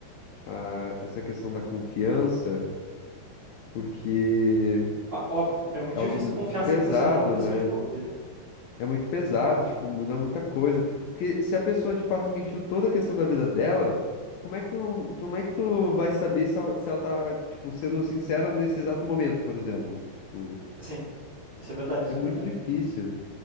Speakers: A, on the left; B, on the right.
A: a- essa questão da confiança, porque
B: Ah, óbvio, é muito
A: é
B: difícil
A: algo muito
B: tu confiar
A: pesado,
B: 100% numa pessoa
A: né?
B: de novo, daí.
A: É muito pesado, tipo, muda muita coisa. Porque se a pessoa de fato mentiu toda a questão da vida dela, como é que tu não, como é que tu vai saber se ela, se ela tá, tipo, sendo sincera nesse exato momento, por exemplo? Tipo,
B: Assim, isso é verdade, isso
A: é muito
B: é verdade.
A: difícil.